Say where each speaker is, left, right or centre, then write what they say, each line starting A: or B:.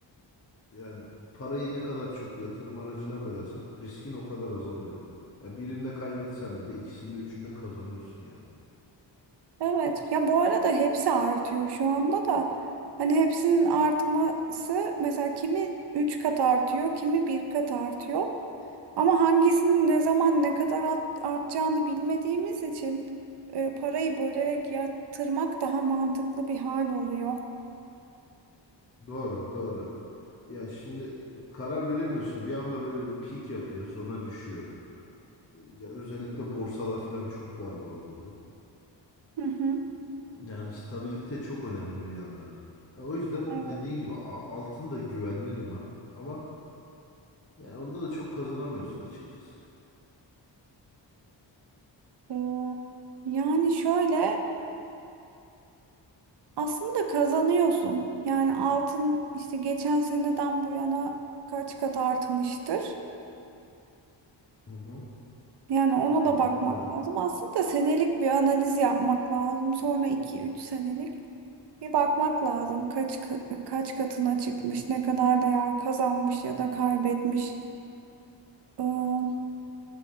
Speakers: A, on the left; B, on the right.
A: yani parayı ne kadar çok yatırım aracına bölersen riskin o kadar azalıyor. Ya birinde kaybetsen bile ikisinde üçünde kazanıyorsun yani.
B: Evet. Ya bu arada hepsi artıyor şu anda da. Hani hepsinin artması mesela kimi 3 kat artıyor, kimi bir kat artıyor. Ama hangisinin ne zaman ne kadar at- artacağını bilmediğimiz için e, parayı bölerek yatırmak daha mantıklı bir hal oluyor.
A: Doğru, doğru. Ya şimdi karar veremiyorsun. Bir anda böyle bir pik yapıyor, sonra düşüyor. Ya özellikle borsada falan çok var bu arada bu.
B: Hı hı.
A: Yani stabilite çok önemli bir yandan. E, O yüzden
B: Evet.
A: dediğin gibi a- altın da güvenli liman ama yani onda da çok kazanamıyorsun açıkçası.
B: Ee, Yani şöyle aslında kazanıyorsun. Yani altın işte geçen seneden bu yana kaç kat artmıştır.
A: Hı hı.
B: Yani ona
A: Yani
B: da bakmak
A: bilmiyorum.
B: lazım. Aslında senelik bir analiz yapmak lazım. Sonra iki üç senelik. Bir bakmak lazım kaç ka- kaç katına çıkmış, ne kadar değer kazanmış ya da kaybetmiş. Ee,